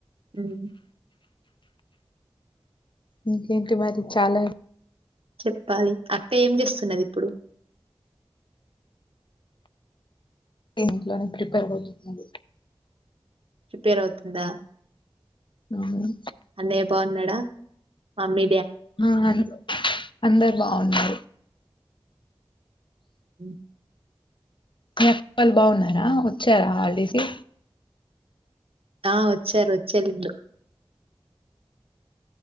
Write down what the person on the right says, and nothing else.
ఉ హు
చెప్పాలి అక్క ఏం చేస్తున్నది ఇప్పుడు
ప్రిపేర్ అవుతుందా
అన్నయ్య బాగున్నాడా ఆమె
హ్మ్.
ఆ వచ్చారు వచ్చారు నిన్న